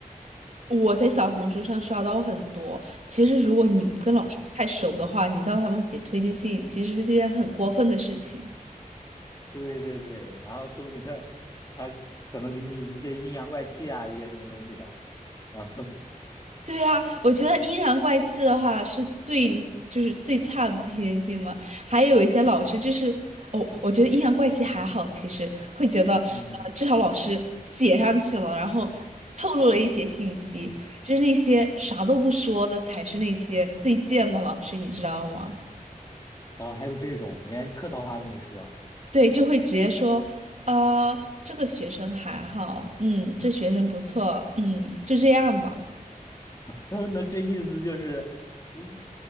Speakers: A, on the right (about 55°); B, on the left (about 25°).
A: 我在小红书上刷到很多。其实，如果你跟老师不太熟的话，
B: 嗯，
A: 你叫他们写推荐信，其实是件很过分的事情。
B: 对对对，然后说不定 <laughs> 他可能给你一些阴阳怪气啊，一些什么东西的。然后，
A: 对啊，我觉得阴阳怪气的话是最就是最差的推荐信嘛。还有一些老师就是哦，我觉得阴阳怪气还好，其实会觉得呃，
B: 嗯，
A: 至少老师写上去了，然后透露了一些信息，就是那些啥都不说的才是那些最贱的老师，你知道吗？
B: 哦，还有这种连客套话都没说，
A: 对，就会直接说，呃，这个学生还好，嗯，这学生不错，嗯，就这样吧。
B: <laughs> 那这意思就是，嗯